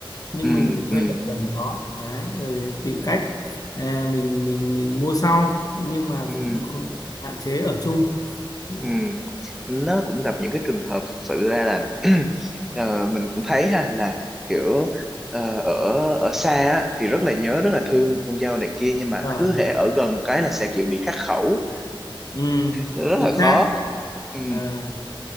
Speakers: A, on the left; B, in the centre.
A: nhưng
B: ừ,
A: mình thuê
B: ừ,
A: ở gần đó đấy rồi tìm cách à, mình mình mình mua sau nhưng mà
B: ừ,
A: không, không, hạn chế ở chung Ừ.
B: ừ. nó cũng gặp những cái trường hợp thực sự ra là <clears throat> ờ, mình cũng thấy ha là kiểu ờ, ở ở xa á, thì rất là nhớ rất là thương con dâu này kia nhưng mà
A: rồi
B: cứ hễ ở gần một cái là sẽ kiểu bị khắc khẩu
A: ừ.
B: rất
A: chính
B: là khó
A: xác
B: ừ.
A: Ờ.